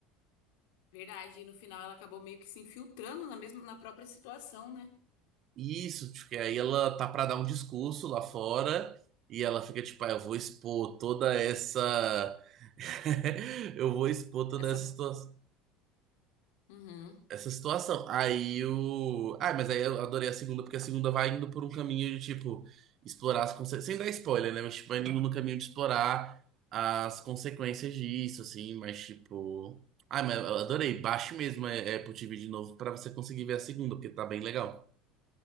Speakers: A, on the left; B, on the right.
A: Verdade, e no final ela acabou meio que se infiltrando na mesma, na própria situação, né?
B: E Isso, porque aí ela tá pra dar um discurso lá fora e ela fica tipo, ah, eu vou expor toda essa. <laughs> Eu vou expor toda
A: Essa.
B: essa situa-
A: Uhum.
B: essa situação. Aí o. Ah, mas aí eu adorei a segunda, porque a segunda vai indo por um caminho de, tipo, explorar as consequências. Sem dar spoiler, né? Mas, tipo, vai indo no caminho de explorar as consequências disso, assim, mas, tipo. Ah, mas eu adorei. Baixe mesmo é, Apple TV de novo pra você conseguir ver a segunda, porque tá bem legal.